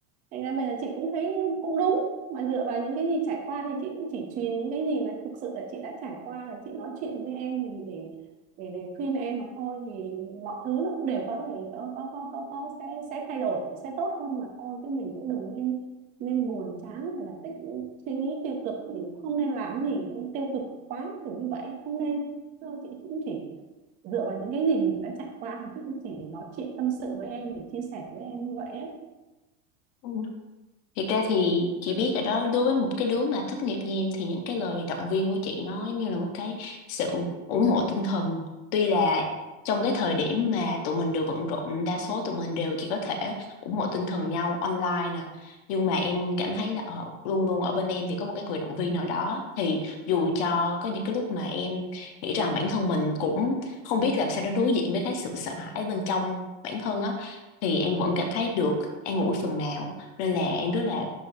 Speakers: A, on the right; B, on the left.
A: thành ra bây giờ chị cũng thấy cũng đúng mà dựa vào những cái gì trải qua thì chị cũng chỉ truyền những cái gì mà thực sự là chị đã trải qua là chị nói chuyện với em thì để để để khuyên em mà thôi thì mọi thứ nó cũng đều có thể có có có có, có sẽ sẽ thay đổi sẽ tốt hơn mà thôi chứ mình cũng đừng nên nên buồn chán hay là tích suy nghĩ tiêu cực thì không nên làm gì tiêu cực quá kiểu như vậy không nên thôi chị cũng chỉ dựa vào những cái gì mình đã trải qua thì chị cũng chỉ nói chuyện tâm sự với em để chia sẻ với em như vậy ấy
B: ừ. Thiệt ra thì chị biết rồi đó, đối với một cái đứa mà thất nghiệp như em thì những cái lời động viên của chị nó giống như là một cái sự ủng hộ tinh thần. Tuy là trong cái thời điểm mà tụi mình đều bận rộn, đa số tụi mình đều chỉ có thể ủng hộ tinh thần nhau online nè. Nhưng mà em cảm thấy là ờ, luôn luôn ở bên em thì có một cái người động viên nào đó. Thì dù cho có những cái lúc mà em nghĩ rằng bản thân mình cũng không biết là sao đối diện với cái sự sợ hãi bên trong bản thân á, thì em vẫn cảm thấy được an ủi phần nào nên là em rất là